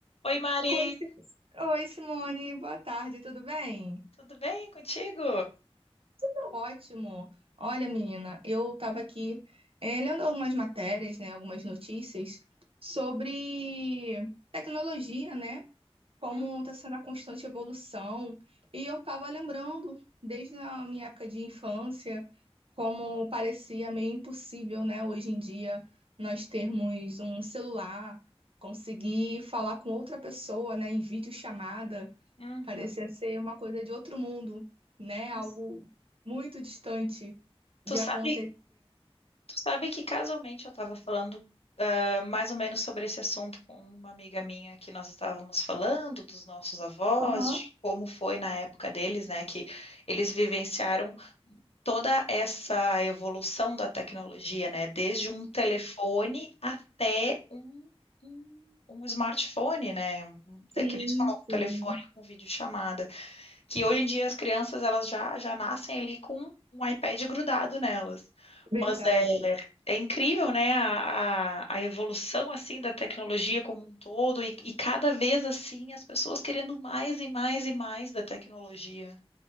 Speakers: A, on the left; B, on the right.
A: Oi, Mari,
B: Oi, Sim- Oi, Simone, boa tarde, tudo bem?
A: tudo bem contigo?
B: Tudo ótimo. Olha, menina, eu estava aqui eh, lendo algumas matérias, né, algumas notícias sobre tecnologia, né, como
A: Hum,
B: está sendo a constante evolução. E eu estava lembrando, desde a minha época de infância, como parecia meio impossível, né, hoje em dia, nós termos um celular, conseguir falar com outra pessoa, né, em videochamada.
A: Uhum.
B: Parecia ser uma coisa de outro mundo, né?
A: Mas
B: Algo muito distante
A: Tu
B: de
A: sabe,
B: acontecer.
A: tu sabe que casualmente eu estava falando ah, mais ou menos sobre esse assunto com uma amiga minha que nós estávamos falando dos nossos avós,
B: Aham.
A: de como foi na época deles, né, que eles vivenciaram toda essa evolução da tecnologia, né, desde um telefone até um, um, um smartphone, né, um, um te-
B: Sim,
A: que nem tu falou, um
B: sim,
A: telefone com videochamada. que hoje em dia as crianças elas já, já nascem ali com um iPad grudado nelas.
B: verdade.
A: Mas é, é incrível, né, a, a, a evolução assim da tecnologia como um todo e, e cada vez assim as pessoas querendo mais e mais e mais da tecnologia.